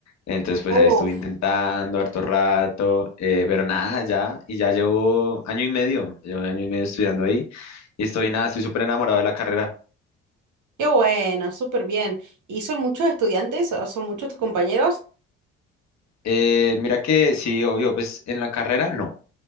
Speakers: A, on the left (about 55°); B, on the right (about 60°).
A: entonces pues
B: Uf,
A: ahí estuve intentando harto rato, eh, pero nada, ya, y ya llevo año y medio, llevo año y medio estudiando ahí, y estoy nada, estoy súper enamorado de la carrera.
B: qué bueno, súper bien. ¿Y son muchos estudiantes o son muchos tus compañeros?
A: Eh, mira que sí, obvio, pues en la carrera no.